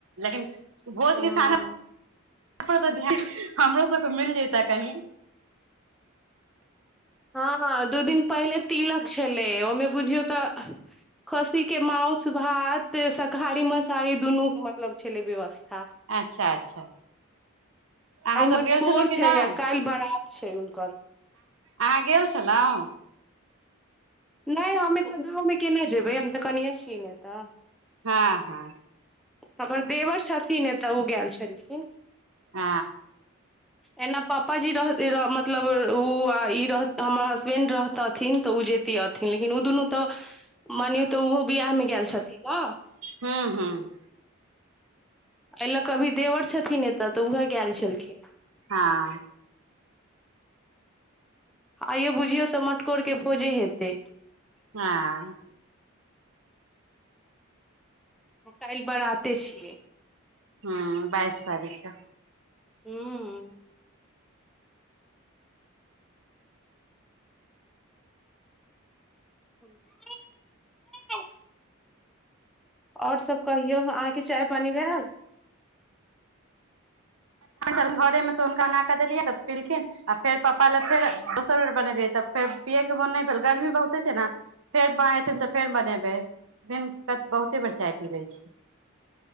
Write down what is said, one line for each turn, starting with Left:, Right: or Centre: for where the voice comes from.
Right: लेकिन
Centre: हूं
Right: भोजके खाना पर तऽ ध्यान हमरो सबके मिल जयता कहीं
Centre: हं हं दू दिन पहिले तिलक छलै ओमे बुझियौ तऽ खसी के माउस भात शाकाहारी मांसारी दुनू के मतलब छलै व्यवस्था हा
Right: अच्छा अच्छा अहाँ
Centre: आय
Right: सब
Centre: मतकोर
Right: गेल छलहुँ कि
Centre: छैय
Right: नहि
Centre: क़ाइल बारत छै हुनकर
Right: अहाँ गेल छलहुं
Centre: <inaudible>
Right: हँ हँ
Centre: हमर देवर छथिन एतऽ ओ गेल छलखिन
Right: आ
Centre: एना पापा जी रह मतलब ओ ई रहत हमर हसबेंड रहत थिन तऽ उजेती अथिन लेकिन ओ दुनू तऽ मानियौ तऽ ओहो बियाह मे गेल छथिन न
Right: हँ हँ
Centre: एहि लऽ कऽ अभी देवर छथिन एतय तऽ उएह गेल छलखिन
Right: हँ
Centre: आइयौ बुझियौ तऽ मटकोरके भोजे हेतै
Right: हँ
Centre: त काल्ह बराते छियै
Right: हँ बाइस तारीख के
Centre: हूं एईय एईय ओर सभ कहियौ अहाँके चाय पानि भेल
Right: घरेमे तऽ हुनका अन कऽ देलियैन तब खेलखिन आ फेर पप्पा ल फेर दोसर बेर बनेलियै तऽ फेर पियैके मोन नहि भेल गर्मी बहुते छै ने फेर बाँ एयथिन तऽ फेर बनेबै दिन त बहुते बेर चाय पी लै छी